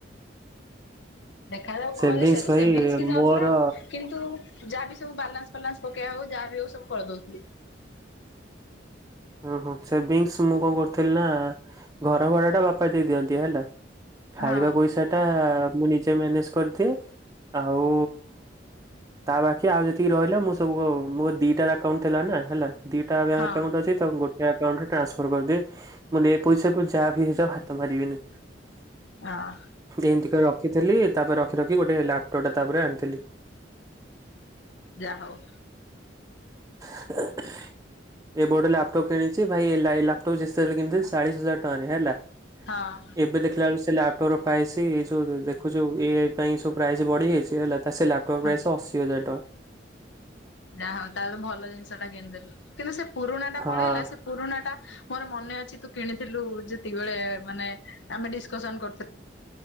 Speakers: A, on the left; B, on the right.
A: ଦେଖାଯାଉ କଣ
B: ସେଭିଙ୍ଗସ
A: ସେ
B: ଭାଇ
A: ସେବିନ୍ସି ଯାଉଥିଲା।
B: ମୋର
A: କିନ୍ତୁ ଯାହା ବିି ସବୁ ବାଲାନ୍ସ ଫଲାନ୍ସ ପକେଇବା ହଉ ଯାହା ବି ହଉ ସବୁ କରିଦେଉଥିଲି।
B: ହଁ ହଁ ସେଭିଙ୍ଗସ ମୁଁ କଣ କରୁଥିଲି ନା ଘର ଭଡା ଟା ବାପା ଦେଇ ଦିଅନ୍ତି ହେଲା ଖାଇବା
A: ହଁ
B: ପଇସା ସେଟା ମୁଁ ନିଜେ ମ୍ୟାନେଜ କରିଦିଏ ଆଉ ତା ବାକିଆଉ ଯେତିକି ରହିଲା ମୁଁ ସବୁ ମୋର ଦିଟା ଆକାଉଣ୍ଟ ଥିଲା ନା ହେଲା ଦିଟା ବ୍ୟାଙ୍କ
A: ହଁ
B: ଆକାଉଣ୍ଟ ଅଛି ତାକୁ ଗୋଟଏ ଆକାଉଣ୍ଟରେ ଟ୍ରାନ୍ସଫର୍ କରିଦିଏ। ଏ ପଇସା କୁ ଯାହାବି ହେଇଯାଉ ହାତ ମାରିବିନି।
A: ହଁ।
B: ଏମିତି କରି ରଖିଥିଲି ତାପରେ ରଖି ରଖି ଗୋଟେ ଲାପଟପ୍ ଟା ତାପରେ ଆଣିଥିଲି।
A: ଯାହାହଉ।
B: <unintelligible> ଏ ଗୋଟେ ଲାପଟପ କିଣିଛି ଭାଇ ଲାପଟପ ଯେତେବେଳେ କିଣିଥିଲି ଚାଳିଶ ହଜାର ଟଙ୍କାରେ ହେଲା।
A: ହଁ।
B: ଏବେ ଦେଖିଲା ବେଳ ସେ ଲାପଟପ ପ୍ରାଇସ <inaudible> ଏଇ ଯେଉଁଦେଖୁଛୁ ଇଏ ପାଇଁ ସବୁ ପ୍ରାଇସ୍ ବଢ଼ିଯାଇଛି ହେଲା ସେ ଲାପଟପ୍ ମୋର
A: ହଁ।
B: ପ୍ରାଇସ ଅଶୀ ହଜାର ଟଙ୍କା।
A: ଯା ହଉ ତାହେଲେ ଭଲ ଜିନିଷ ଟା କିଣିଦେଲୁ କିନ୍ତୁ ସେ ପୁରୁଣା ଟା
B: ହଁ।
A: ପଳେଇଲା ସେ ପୁରୁଣା ଟା ମୋର ମନେ ଅଛି ତୁ କିଣିଥିଲୁ ଯେତିକିିବଳେ ମାନେ ଆମେ ଡିକ୍ସସନ୍ କରୁଥିଲେ।